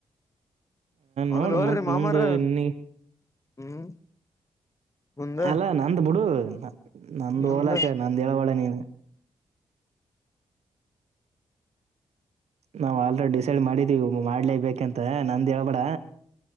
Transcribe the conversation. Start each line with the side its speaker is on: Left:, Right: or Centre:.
Left: ಅದನ್ನ
Right: ನೋಡ್
Left: ನೋಡ್ರೀ
Right: ಮತ್
Left: ಮಾಮಾರೆ
Right: ಮುಂದ್ ನೀ
Left: ಹ್ಮ್ ಮುಂದ
Right: ಅಲ್ಲಾ ನಂದ ಬುಡು ನಂದ
Left: ಮುಂದ
Right: ಹೋಲಕ ನಂದು ಹೇಳಬ್ಯಾಡ ನೀನು. ನಾವ್ ಆಲ್ರೆಡಿ ಡಿಸೈಡ್ ಮಾಡಿದೀವಿ ಮಾಡ್ಲೇ ಬೇಕಂತ ನಂದ ಹೇಳ್ಬೇಡ.